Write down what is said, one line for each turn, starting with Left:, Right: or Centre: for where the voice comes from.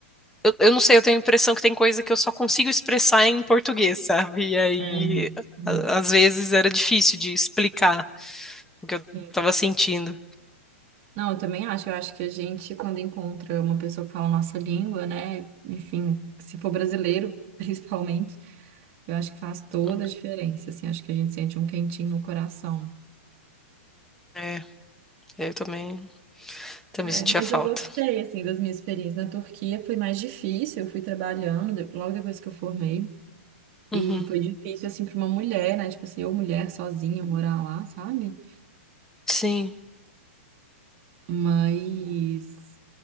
Centre: Eu, eu não sei, eu tenho a impressão que tem coisa que eu só consigo expressar em português, sabe? E aí,
Right: É. É. hum,
Centre: a- às vezes era difícil de explicar o que eu
Right: Sim.
Centre: tava sentindo.
Right: Não, eu também acho. Eu acho que a gente, quando encontra uma pessoa que fala a nossa língua, né? Enfim, se for brasileiro, <laughs> principalmente, eu acho que faz toda
Centre: Hum,
Right: a diferença, assim. Acho que a gente sente um quentinho no coração.
Centre: É, é, eu também, também
Right: É,
Centre: sentia
Right: É. mas
Centre: falta.
Right: eu gostei, assim, das minhas experiências. Na Turquia foi mais difícil. Eu fui trabalhando de- logo depois que eu formei. E
Centre: Uhum,
Right: foi difícil, assim, para uma mulher, né? Tipo assim, eu mulher sozinha morar lá, sabe?
Centre: Sim,
Right: Mas.